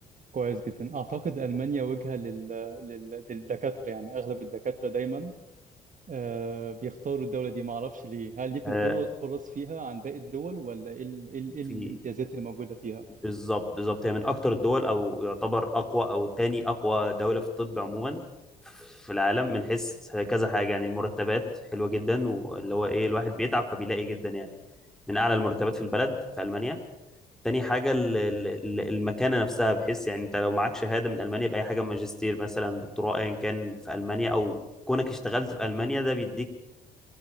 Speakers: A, on the right; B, in the centre.
A: كويس جدا اعتقد المانيا وجهة لل... لل... للدكاترة يعني اغلب الدكاترة دايما آه، بيختاروا الدولة دي ما اعرفش ليه هل ليكم
B: آه،
A: فر- فرص فيها عن باقي الدول ولا ايه ال... إيه ال... إيه
B: في
A: الامتيازات اللي موجودة فيها
B: بالظبط بالظبط هي من اكتر الدول او يعتبر اقوى او تاني اقوى دولة في الطب عموما في العالم من حيث كذا حاجة يعني المرتبات حلوة جدا واللي هو ايه الواحد بيتعب فبيلاقي جدا يعني من اعلى المرتبات في البلد في المانيا تاني حاجة ال- ال- ال- المكانة نفسها بحيث يعني انت لو معاك شهادة من المانيا بأي حاجة ماجستير مثلا دكتوراه ايا كان في المانيا او كونك اشتغلت في المانيا ده بيديك